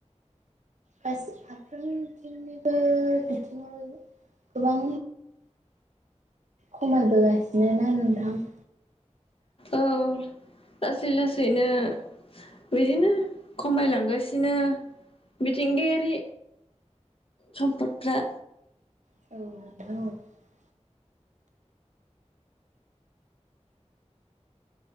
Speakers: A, on the right (about 80°); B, on the left (about 50°).
A: गासै फाफ्रोमथिंनिबो बिथिङाव गोबां खमायबोगासिनो ना नोंथां
B: औ लासै लासैनो बिदिनो खमायलांगासिनो मिथिंगायारि सम्पदफ्रा
A: औ